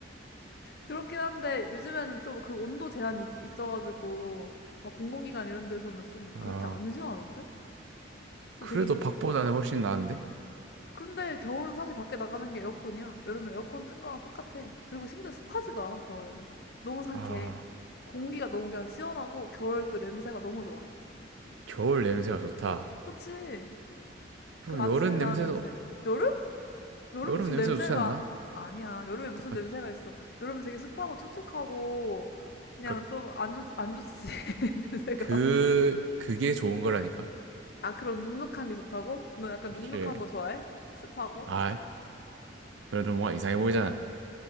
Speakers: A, on the left (about 50°); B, on the right (about 75°).
A: 그렇긴 한데, 요즘에는 또 그 온도 제한이 있, 있어가지고, 막 공공기관 이런 데서는 좀
B: 아,
A: 그렇게 안 시원하던데? 그래서
B: 그래도
A: 되게, 힘-
B: 밖보다는 훨씬 나은데?
A: 그런데 겨울은 사실 밖에 나가는 게 에어컨이야. 여름에 에어컨 뜬 거랑 똑같아. 그리고 심지어 습하지도 않아, 겨울에는. 너무 상쾌해.
B: 아,
A: 공기가 너무 그냥 시원하고, 겨울 그 냄새가 너무 좋아.
B: 겨울 냄새가 좋다.
A: 그치.
B: 그럼
A: 그 아침에
B: 여름 냄새도,
A: 나는 냄새. 여름? 여름
B: 여름
A: 무슨
B: 냄새도
A: 냄새가
B: 좋지 않나?
A: 아니야. 여름에 무슨
B: 아,
A: 냄새가 있어. 여름은 되게 습하고 촉촉하고 그냥
B: 그러니까
A: 좀 안 좋, 안 좋지. <laughs> 냄새가.
B: 그, 그게 좋은 거라니까?
A: 아, 그런 눅눅한 게 좋다고? 너 약간
B: 이렇
A: 눅눅한 거 좋아해? 습하고?
B: 아, 그래도 뭔가 이상해 보이잖아.